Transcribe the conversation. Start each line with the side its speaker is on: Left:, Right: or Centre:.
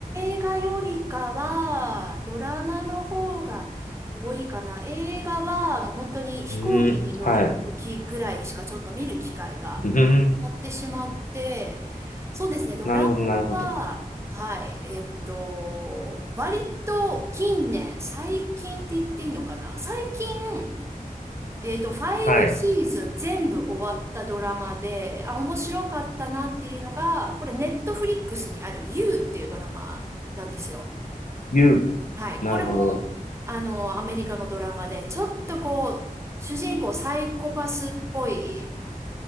Right: 映画よりかは、ドラマの方が多いかな。映画は、もう本当に飛行機に乗る時ぐらいしかちょっと見る機会がやってしまって、
Left: うん、はい。うん、
Right: そうですね。ドラマは、
Left: なるほど、なるほど。
Right: はい、えっと、割と近年、最近って言っていいのかな。最近、えっと、ファイブシーズン全部終わったドラマで、
Left: はい。
Right: あ、面白かったなっていうのが、これネットフリックスにある You っていうドラマなんですよ。
Left: 言う。
Right: はい。
Left: なるほど。
Right: これも、あの、アメリカのドラマで、ちょっとこう、主人公サイコパスっぽい、